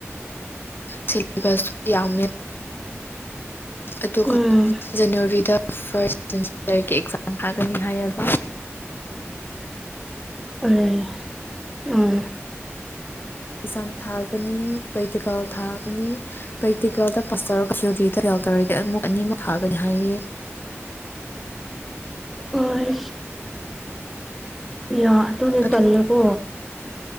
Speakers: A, on the left; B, in the centre.
A: ꯁꯤꯂꯦꯕꯁ <inaudible> ꯑꯗꯨꯒ
B: ꯎꯝ
A: ꯖꯅꯋꯥꯔꯤꯗ ꯐꯥꯔꯁ ꯁꯦꯃꯤꯁꯇꯔꯒꯤ ꯑꯦꯛꯖꯥꯝ ꯊꯥꯀꯅꯤ ꯍꯥꯏꯑꯦꯕ
B: ꯑ ꯎꯝ
A: ꯏꯛꯖꯝ ꯊꯥꯒꯅꯤ ꯄ꯭ꯔꯦꯛꯇꯤꯀꯥꯜ ꯊꯥꯒꯅꯤ ꯄ꯭ꯔꯦꯛꯇꯤꯀꯦꯜꯗ ꯄꯥꯁ ꯇꯧꯔꯒ <inaudible> ꯇꯧꯔꯒꯗꯤ ꯑꯃꯨꯛ ꯑꯅꯤꯃꯨꯛ ꯊꯥꯒꯅꯤ ꯍꯥꯏꯑꯦ
B: ꯑꯣꯏ ꯌꯥ ꯇꯨꯅ
A: ꯑꯗꯨ
B: ꯇꯜꯂꯦꯀꯣ